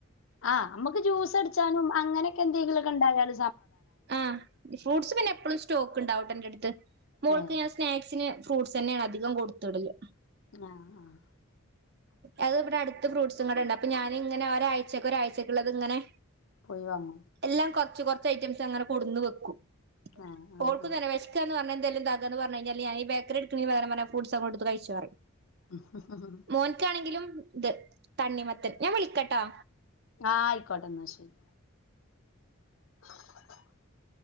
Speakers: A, on the left; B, on the right.
A: ഹ്ആ അമ്മക്ക് ജ്യൂസ് അട്ച്ചാനും അങ്ങനെ എന്തേങ്കിലൊക്കെണ്ടായാലും
B: ആ ഫ്രൂട്ട്സ് പിന്നെ എപ്പളും സ്റ്റോക്ക്ണ്ടാവുട്ടൊന്റെട്ത്ത് മോൾക്ക്
A: ഏ
B: ഞാൻ സ്നാക്സിന് ഫ്രൂട്ട്സന്നെയാണ് അധികം കൊട്ത്ത്ടല്
A: ആഹ് ആഹ്
B: ഏതോ പിന്നെ അടുത്ത് ഫ്രൂട്ട്സും കടണ്ട് അപ്പൊ ഞാനിങ്ങനെ ഒരാഴ്ച്ചക്ക്ക്കൊരാഴ്ചക്കുള്ളത്ങ്ങനെ
A: പോയി വാങ്ങാം
B: എല്ലാം കൊറ് ച്ച് കൊർച്ച് ഐറ്റംസ് അങ്ങെ കൊടുന്ന് വെക്കും
A: ആ ആ
B: ഓൾക്കും
A: ആ
B: തന്നെ വെഷക്ക എന്ന് പറഞ്ഞ ന്തേലും താ താന്ന് പറഞ്ഞഴിഞ്ഞാല് ഞാ ഈ ബേക്കറിയെട്ക്ക്‌ണേന് പകരം പറഞ്ഞ ഫ്രൂട്സങ്ങോട്ത് കഴിച്ചോറിം
A: മ് ഹ് ഹ്
B: മോൻക്കാണെങ്കിലും ഇത് തണ്ണിമത്തൻ ഞാൻ വിളിക്കട്ടാ
A: ആഹ് ആയിക്കോട്ടെന്നാ ശെരി <inaudible>